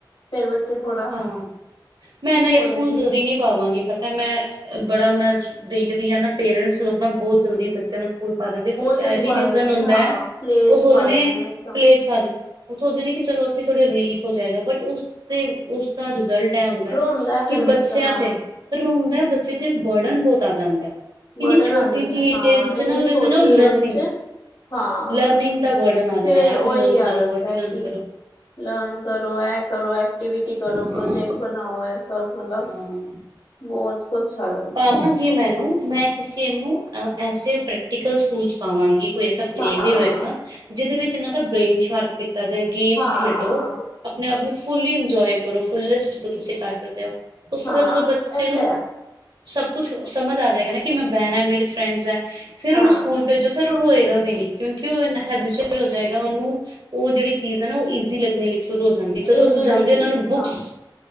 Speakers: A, on the left; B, on the right.
A: ਫੇਰ ਬੱਚੇ ਥੋੜਾ
B: ਹਾਂ ਮੈਂ ਨਾ ਯਾਰ
A: ਉਹਦੇ
B: ਸਕੂਲ
A: ਚ
B: ਜਲਦੀ ਨੀ ਪਾਵਾਂਗੀ ਤਾਂ ਮੈਂ ਬੜਾ ਮੈਂ ਦੇਖਦੀ ਹਾਂ ਨਾ ਪੇਰੈਂਟਸ ਲੋਕ ਨਾ ਬਹੁਤ ਜਲਦੀ ਬ ਨੂੰ ਸਕੂਲ ਪਾ ਦਿੰਦੇ ਕੁਛ
A: ਬਹੁਤ ਜਲਦੀ
B: ਇਹ
A: ਪਾ
B: ਵੀ ਰੀਜ਼ਨ
A: ਦਿੰਦੇ ਨੇ
B: ਹੁੰਦਾ
A: ਹਾਂ
B: ਹੈ
A: ਪਲੇ
B: ਉਹ
A: ਚ
B: ਸੋਚਦੇ
A: ਪਾ ਦਿੰਦੇ ਨੇ
B: ਕਲੇਜ
A: ਇੱਕਦਮ
B: ਪਾ ਉਹ ਸੋਚਦੇ ਨੇ ਕਿ ਚਲੋ ਅਸੀਂ ਥੋੜੇ ਰਿਲੀਫ ਹੋ ਜਾਏਗਾ ਬਟ ਉਸ ਦਾ ਰਿਜ਼ਲਟ ਇਹ ਹੁੰਦਾ
A: ਰੋਂਦਾ
B: ਕਿ
A: ਫੇਰ ਬੱਚਾ
B: ਬੱਚਿਆਂ
A: ਹਾਂ
B: ਤੇ ਪਰੋਂਦਾ ਬੱਚੇ ਤੇ ਬਰਡਨ ਬਹੁਤ ਆ ਜਾਂਦਾ ਕਿੰਨੀ
A: ਬਰਡਨ
B: ਛੋਟੀ
A: ਆ ਜਾਂਦਾ
B: ਜਿਹੀ
A: ਹਾਂ
B: ਜ
A: ਇੰਨੀ
B: ਨਾ ਉਹਦੇ
A: ਛੋਟੀ
B: ਨਾ ਉਹ ਲਰਨਿੰਗ
A: ਏਜ ਚ ਹਾਂ
B: ਲਰਨਿੰਗ ਦਾ ਬਰਡਨ ਆ ਜਾਣਾ
A: ਫੇਰ ਉਹੀ
B: ਇਹ ਵੀ ਲਰਨ ਕਰੋ
A: ਆ ਜਾਂਦਾ
B: ਇਹ ਵੀ ਲਰਨ
A: ਕਿ
B: ਕਰੋ।
A: ਲਰਨ ਕਰੋ ਇਹ ਕਰੋ ਐਕਟੀਵਿਟੀ ਕਰੋ
B: ਹਾਂ
A: ਪ੍ਰੋਜੈਕਟ ਬਣਾਓ ਇਹ ਸਭ ਮਤਲਬ
B: ਹਾਂ
A: ਬਹੁਤ ਕੁਛ ਆਦਾ
B: ਪਾਵਾਂਗੀ ਮੈਨੂੰ ਮੈਂ ਕਿਸੇ ਨੂੰ ਅ ਐਸੇ ਪ੍ਰੈਕਟੀਕਲ ਸਕੂਲ ਚ ਪਾਵਾਂਗੀ ਕੋਈ ਐਸਾ ਜ
A: ਹਾਂ
B: ਵੀ ਹੋਏਗਾ ਜਿਹਦੇ ਵਿੱਚ ਇਹਨਾਂ ਦਾ ਬ੍ਰੇਨ ਸ਼ਾਰਪ ਕੀਤਾ ਜਾਏ ਗੇਮਸ
A: ਹਾਂ
B: ਖੇਡੋ ਆਪਣੇ ਆਪ ਨੂੰ ਫੁੱਲੀ ਇੰਜੋਏ ਕਰੋ ਫੁੱਲਿਸਟ ਤੋਂ ਤੁਸੀਂ ਕਰ ਸਕਦੇ ਹੋ ਉਸ
A: ਹਾਂ
B: ਤੋਂ ਬਾਅਦ ਜਦੋਂ ਬੱਚੇ
A: ਇਹ
B: ਨੂੰ
A: ਤੇ ਹੈ
B: ਸਭ ਕੁਛ ਸਮਝ ਆ ਜਾਏਗਾ ਨਾ ਕਿ ਮੈਂ ਬਹਿਣ ਆ ਮੇਰੀ ਫਰੈਂਡਸ ਹੈ ਫਿਰ
A: ਹਾਂ
B: ਉਹਨ ਸਕੂਲ ਪੇ ਜੋ ਫਿਰ ਉਹ ਰ ਹੋਏਗਾ ਵੀ ਨੀ ਕਿਉਂਕਿ ਉਹ ਇੰਨਾ ਹੈਬੀਚਅਲ ਹੋ ਜਾਏਗਾ ਉਹਨੂੰ ਉਹ ਜਿਹੜੀ ਚੀਜ਼ ਹੈ ਨਾ ਉਹ ਈਜ਼ੀ ਲੱਗ ਲਈ ਸ਼ੁਰੂ ਹੋ ਜਾਂਦੀ ਜਦੋਂ
A: ਈਜ਼ੀ
B: ਅਸੀਂ
A: ਲੱਗੇਗੀ
B: ਜਾਂਦੇ ਉਹ ਨੂੰ ਬੁੱਕਸ
A: ਹਾਂ